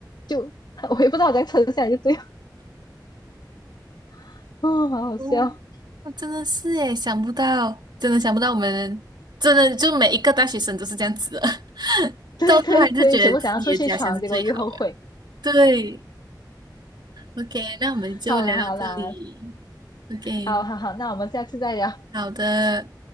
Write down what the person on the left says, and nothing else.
就我也不知道我怎样撑下来，就这样，<laughs> 哦，好好笑，
对对对，
全部想要出去闯，结果又后悔，
<laughs> 好啦好啦，
好好好，那我们下次再聊。